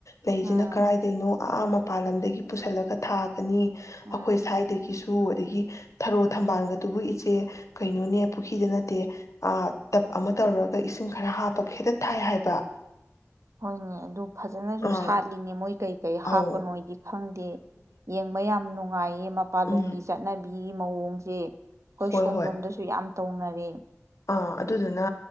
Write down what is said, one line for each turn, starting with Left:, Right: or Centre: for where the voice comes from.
Left: ꯂꯩꯁꯤꯅ
Right: ꯎꯝ
Left: ꯀꯔꯥꯏꯗꯩꯅꯣ ꯑꯥ ꯃꯄꯥꯟ ꯂꯝꯗꯒꯤ ꯄꯨꯁꯤꯜꯂꯒ ꯊꯥ ꯑꯩꯈꯣꯏ
Right: ꯎꯝ
Left: ꯁ꯭ꯋꯥꯏꯗꯒꯤꯁꯨ ꯇꯨ ꯑꯗꯒꯤ ꯊꯔꯣ ꯊꯝꯕꯥꯜꯒꯗꯨꯕꯨ ꯏꯆꯦ ꯀꯩꯅꯣꯅꯦ ꯄꯨꯈ꯭ꯔꯤꯗ ꯅꯠꯇꯦ ꯑꯥ ꯇꯞ ꯑꯃ ꯇꯧꯔꯒ ꯏꯁꯤꯡ ꯈꯔ ꯍꯥꯞꯄꯒ ꯍꯦꯛꯇ ꯊꯥꯏ ꯍꯥꯏꯕ
Right: ꯍꯣꯏꯅꯦ ꯑꯗꯨ ꯐꯖꯅꯁꯨ
Left: ꯑꯥ
Right: ꯁꯥꯠꯂꯤꯅꯦ ꯀꯩ ꯀꯩ ꯍꯥꯞꯄꯅꯣꯏꯗꯤ
Left: ꯑꯧ
Right: ꯈꯪꯗꯦ ꯌꯦꯡꯕ ꯌꯥꯝ ꯅꯨꯡꯉꯥꯏꯌꯦ ꯃꯄꯥꯟꯂꯣꯝꯒꯤ
Left: ꯎꯝ
Right: ꯆꯠꯅꯕꯤ ꯃꯤꯒꯤ ꯃꯑꯣꯡꯁꯦ ꯑꯩꯈꯣꯏ
Left: ꯍꯣꯏ
Right: ꯁꯣꯝꯂꯣꯝꯗꯁꯨ
Left: ꯍꯣꯏ
Right: ꯌꯥꯝ ꯇꯧꯅꯔꯦ
Left: ꯑꯥ ꯑꯗꯨꯗꯨꯅ